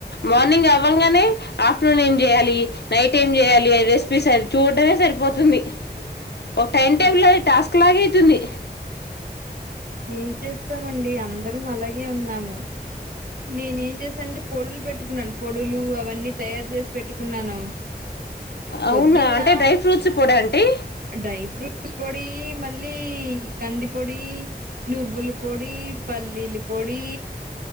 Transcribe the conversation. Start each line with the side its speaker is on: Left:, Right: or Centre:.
Left: మార్నింగ్ అవ్వంగానే ఆఫ్టర్నూన్ ఏం చేయాలి నైట్ ఏం చేయాలి రెసిపీస్ అవి చూడటమే సరిపోతుంది ఒక టైమ్ టేబుల్లో
Right: ఈ-
Left: టాస్క్ లాగ అయితుంది
Right: ఏం చేస్తామండి అందరం అలాగే ఉన్నాము నేను ఏం చేశానంటే పొడులు పెట్టుకున్నాను పొడులు అవన్నీ తయారు చేసి పెట్టుకున్నాను
Left: అవునా
Right: పొద్దున్న
Left: అంటే డ్రై ఫ్రూట్స్ పొడా అండ్ డీ
Right: డ్రై ఫ్రూట్స్ పొడీ మళ్ళీ కంది పొడి నువ్వుల పొడి పల్లీలి పొడి